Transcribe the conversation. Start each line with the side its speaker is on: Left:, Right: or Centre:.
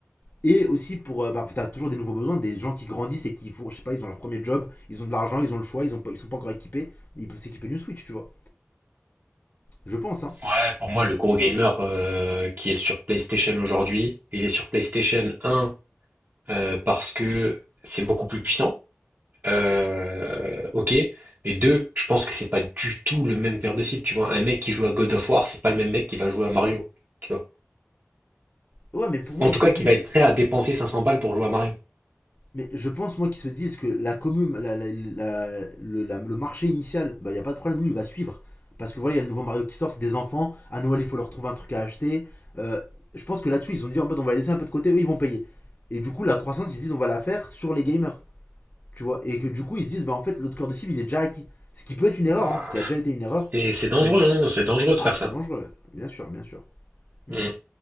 Left: Et aussi pour. euh, bah, t'as toujours des nouveaux besoins, des gens qui grandissent et qui font. Je sais pas, ils ont leur premier job, ils ont de l'argent, ils ont le choix, ils, ont pas- ils sont pas encore équipés. Ils peuvent s'équiper d'une Switch, tu vois. Je pense, hein.
Right: Ouais, pour moi, le gros gamer euh, qui est sur PlayStation aujourd'hui, il est sur PlayStation un euh, parce que c'est beaucoup plus puissant. Euh, ok. Et deux, je pense que c'est pas du tout le même cœur de cible. Tu vois, un mec qui joue à God of War, c'est pas le même mec qui va jouer à Mario. Tu vois.
Left: Ouais, mais pour moi,
Right: En
Left: ils
Right: tout
Left: se
Right: cas,
Left: disent
Right: qui va être prêt à dépenser 500 balles pour jouer à Mario.
Left: Mais je pense, moi, qu'ils se disent que la commune, la- la- la- le, la- le marché initial, bah, il n'y a pas de problème, lui, il va suivre. Parce que voilà, il y a le nouveau Mario qui sort, c'est des enfants. À Noël, il faut leur trouver un truc à acheter. Euh, je pense que là-dessus, ils ont dit en mode, on va laisser un peu de côté, eux, ils vont payer. Et du coup, la croissance, ils se disent, on va la faire sur les gamers. Tu vois Et que du coup, ils se disent, bah en fait, l'autre cœur de cible, il est déjà acquis. Ce qui peut être une erreur,
Right: Bah,
Left: hein, ce qui a déjà été une erreur.
Right: c'est c'est dangereux,
Left: On...
Right: hein. C'est dangereux de
Left: Ah,
Right: faire ça.
Left: c'est dangereux, bien sûr, bien sûr. Hmm.
Right: Mm.